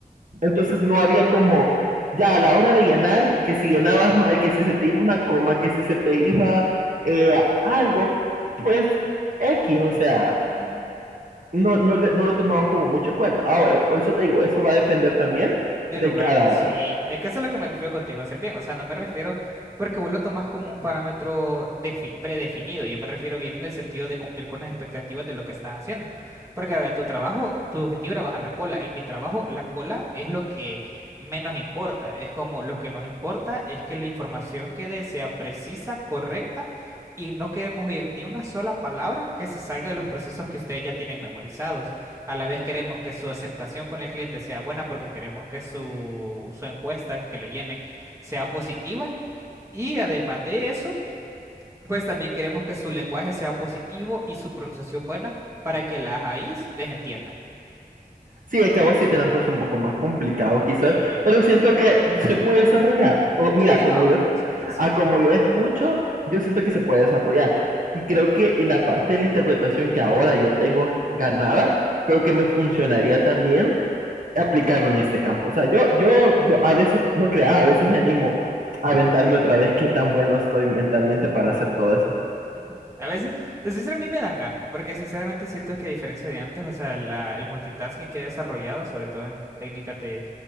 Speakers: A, on the right; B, on the right.
A: Entonces no había como, ya a la hora de llenar, que si llenabas mal, que si se te iba una coma, que si se te iba eh, algo, pues X, o sea,
B: ujú.
A: no, no, no, lo tomaban como mucho en cuenta. Ahora, por eso te digo, eso va a depender también
B: De
A: de
B: lugar,
A: cada,
B: sí. Es que eso es lo que me refiero contigo, hacer bien. O sea, no me refiero porque vos lo tomás como un parámetro defi- predefinido. Yo me refiero bien en el sentido de cumplir con las expectativas de lo que estás haciendo. Porque a ver, en tu trabajo, tu objetivo era bajar la cola. En mi trabajo, la cola es lo que menos importa. Es como lo que nos importa es que la información que dé sea precisa, correcta. Y no queremos oír ni una sola palabra que se salga de los procesos que ustedes ya tienen memorizados. A la vez queremos que su aceptación con el cliente sea buena porque queremos que su, su encuesta que le llenen sea positiva. Y además de eso, pues también queremos que su lenguaje sea positivo y su pronunciación buena para que las AIs les entienda.
A: Sí, es que a vos sí te la han puesto un poco más complicado quizás,
B: Sí.
A: pero siento que se puede desarrollar. O, mira,
B: Sí,
A: como
B: no,
A: yo,
B: no,
A: te-
B: o sea, eso sí.
A: a como yo escucho, yo siento que se puede desarrollar. Y creo que en la parte de la interpretación que ahora yo tengo ganada, creo que me funcionaría también aplicarlo en este campo. O sea, yo, yo, yo a veces no crea, a veces me animo a aventarme otra vez qué tan bueno estoy mentalmente para hacer todo eso.
B: <laughs> Ujú. A veces, de sincero, a mí me dan ganas, porque sinceramente siento que a diferencia de antes, o sea, la- el multitasking que he desarrollado, sobre todo en técnicas de